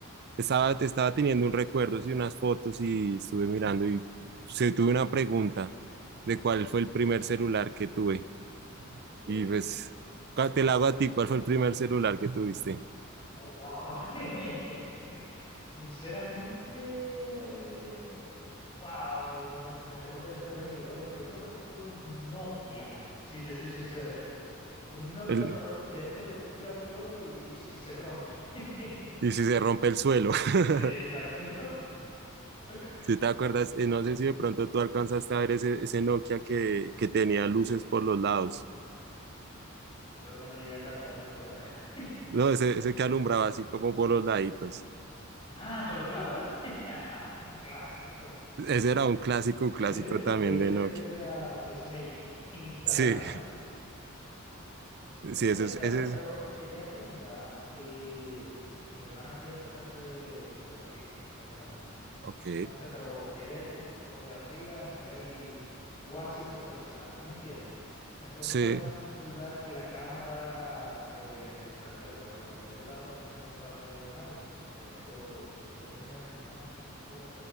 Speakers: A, on the right; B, on the left.
A: Estaba, estaba teniendo un recuerdo y unas fotos y estuve mirando y se tuve una pregunta de cuál fue el primer celular que tuve.
B: Sí.
A: Y pues ca- te la hago a ti, ¿cuál fue el primer celular que tuviste?
B: Oh, wow. <laughs> Sinceramente, wow, me, me cogiste desprevenido, eh. Yo creo que fue un Nokia, si te soy sincero. Un Nokia,
A: El-
B: pero de esto que tú tiras al suelo y, y se, y se rompe. <laughs>
A: y si se rompe el suelo.
B: Sí, exacto.
A: <laughs>
B: <laughs>
A: Si te acuerdas, eh, no sé si de pronto tú alcanzaste a ver ese, ese Nokia que, que tenía luces por los lados.
B: Yo creo que no llegué a tanto, ¿no, Esteban? <laughs>
A: No, ese, ese que alumbraba así como por los laditos.
B: Ah, pero claro, <laughs> un clásico.
A: Ese era un clásico, un clásico
B: De, de,
A: también
B: de ese
A: de
B: que
A: Nokia.
B: tenía Snake instalado.
A: Sí, sí,
B: Mira,
A: ese
B: Esteban,
A: es, ese es.
B: pero te quería preguntar, eh, mi hermana quiere empezar a hacer fotografía, básicamente.
A: Ok.
B: Entonces, pero quiere foto- fotografía a nivel cuasi profesional, ¿tú me entiendes? Entonces
A: Sí,
B: está buscando un celular que la cámara eh, le- le resuelva, básicamente. Ella estaba pensando en comprarse un iPhone de esto, porque qué generación man que se me fue?